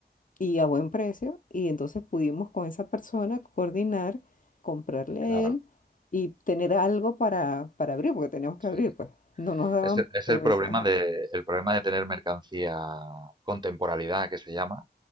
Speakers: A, on the left; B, on the right.
A: y a buen precio. Y entonces pudimos con esa persona coordinar, comprarle a
B: Claro,
A: él y tener algo para, para abrir, porque teníamos que
B: sí.
A: abrir, pues no nos daban
B: Es, e- es
A: permiso.
B: el problema
A: Ajá,
B: de, el problema de tener mercancía con temporalidad, que se llama.